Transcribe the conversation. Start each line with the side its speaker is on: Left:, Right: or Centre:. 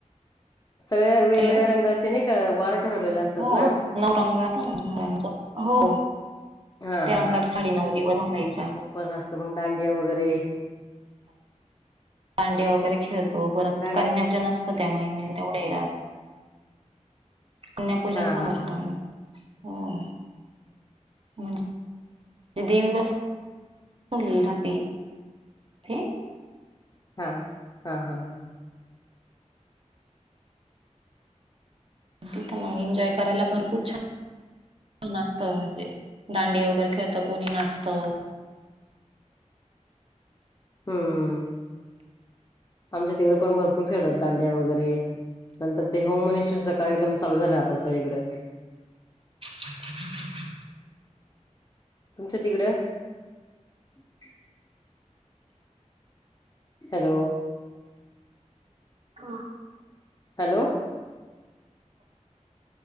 Left: सगळ्या वेगवेगळ्या
Right: हॅलो
Left: रंगाचे नाही का वार ठरवलेले असतात
Right: हो
Left: ना
Right: नवरंगता <unintelligible> हो.
Left: हा
Right: त्या रंगाच्या
Left: हा
Right: साडी नऊ दिवस घालायची.
Left: उपवास असतो मग दांडिया वगैरे
Right: दांडीया
Left: हा
Right: वगैरे खेळतो परत
Left: दांडिया
Right: कन्या आप नसतं त्या महिन्या तेवढ हेज्यात. कन्या पूजन
Left: हा
Right: पण
Left: हा
Right: असतं.
Left: हा
Right: हो. म्हनजे <inaudible> देवी बसली <unintelligible> राहते काय?
Left: हा, हा, हा, हा.
Right: तिथं मग एन्जॉय करायला भरपूर छान <inaudible> असं म्हणजे दांडिया वगैरे खेळत कोणी नाचत <inaudible>
Left: हम्म. आमच्या तिकडं पण भरपूर खेळतात दांड्या वगैरे नंतर ते होम मिनिस्टरचा कार्यक्रम चालू झाला आता सगळीकडं.
Right: <inaudible>
Left: तुमच्या तिकडं? <inaudible> हॅलो.
Right: हा.
Left: हॅलो. <inaudible>